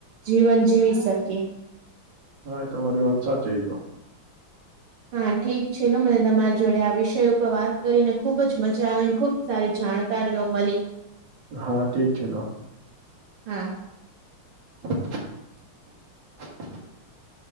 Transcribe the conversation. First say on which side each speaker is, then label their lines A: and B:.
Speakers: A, on the right (about 80°); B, on the right (about 60°).
A: જીવન જીવી શકીએ.
B: હા એ તમારી વાત સાચી ઈ તો
A: હા ઠીક છે ન મને તમારી જોડે આ વિષય ઉપર વાત કરીને ખુબ જ મજા આવીને ખુબ સારી જાણકારીઓ મળી.
B: હા ઠીક છેલો
A: હા
B: <inaudible>